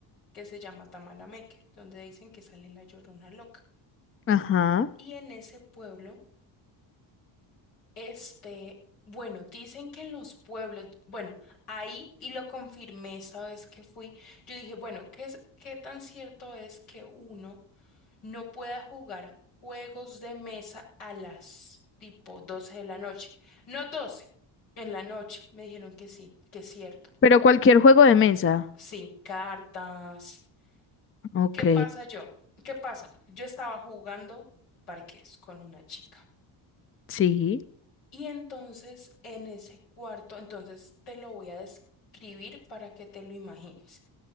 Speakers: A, on the left; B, on the left.
A: que se llama Tamalameque, donde dicen que sale la Llorona Loca.
B: Ajá.
A: Y en ese pueblo, este, bueno, dicen que en los pueblos, bueno, ahí, y lo confirmé esa vez que fui, yo dije, bueno, ¿qué es, qué tan cierto es que uno no pueda jugar juegos de mesa a las tipo 12 de la noche? No 12 en la noche, me dijeron que sí, que es cierto.
B: Pero cualquier juego de mesa.
A: Sí, cartas.
B: Ok,
A: ¿Qué pasa yo? ¿Qué pasa? Yo estaba jugando parqués con una chica.
B: sí,
A: Y entonces en ese cuarto, entonces te lo voy a describir para que te lo imagines.